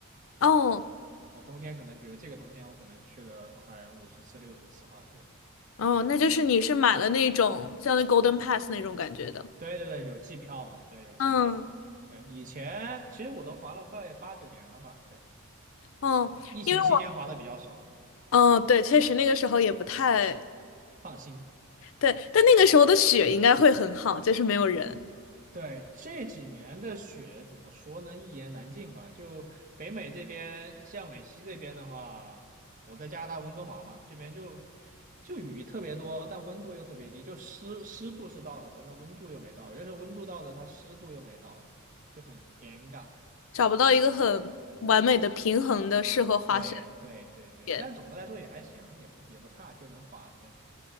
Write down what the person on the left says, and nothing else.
哦。
哦，那就是你是买了那种像那 Golden Pass 那种感觉的。
嗯，
哦，
因为我，哦，对，确实那个时候也不太
对，但那个时候的雪应该会很好，就是没有人，
找不到一个很完美的平衡的适合滑雪
点。